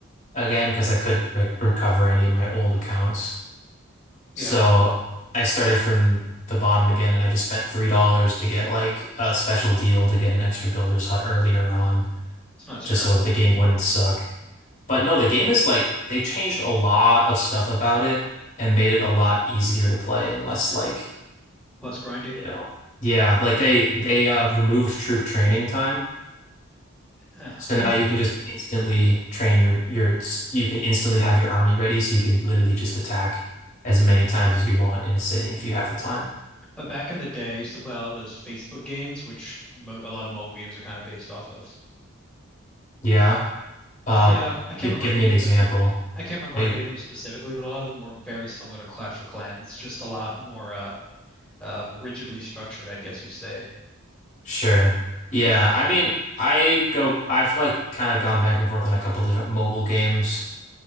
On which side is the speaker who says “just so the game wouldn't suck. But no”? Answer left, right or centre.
Left